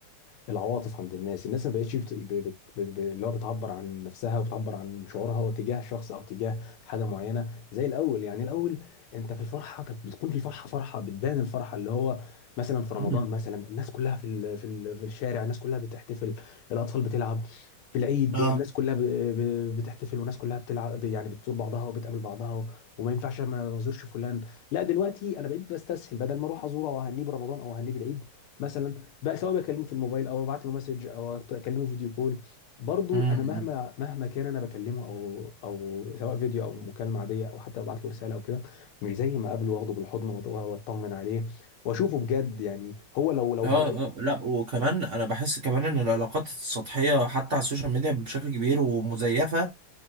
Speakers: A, on the left; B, on the right.
A: العواطف عند الناس الناس ما بقتش بت- ب- بت- ب- ب- اللي هو بتعبر عن نفسها وبتعبر عن شعورها تجاه شخص او تجاه حاجه معينه زي الاول يعني الاول انت في الفرحه كانت بتكون في الفرحه فرحه بتبان الفرحه اللي هو مثلا في رمضان
B: مم.
A: مثلا الناس كلها في ال- في ال- في الشارع الناس كلها بتحتفل الاطفال بتلعب في العيد
B: اه
A: الناس كلها ب- ب- بتحتفل والناس كلها بتلعب يعني بتزور بعضها وبتقابل بعضها وما ينفعش ما ما ازورش فلان لا دلوقتي انا بقيت بستسهل بدل ما اروح ازوره او اهنيه برمضان او اهنيه بالعيد مثلا بقى سواء بكلمه في الموبايل او ببعت له مسج او اكلمه فيديو كول برضو
B: مم.
A: انا مهما مهما كان انا بكلمه او او سواء فيديو او مكالمه عاديه او حتى ببعت له رساله او كده مش زي ما اقابله واخده بالحضن وأط- واطمن عليه واشوفه بجد يعني هو لو لو
B: اه
A: بقى لو
B: اه لا وكمان انا بحس كمان ان العلاقات السطحيه حتى على السوشيال ميديا بشكل كبير ومزيفه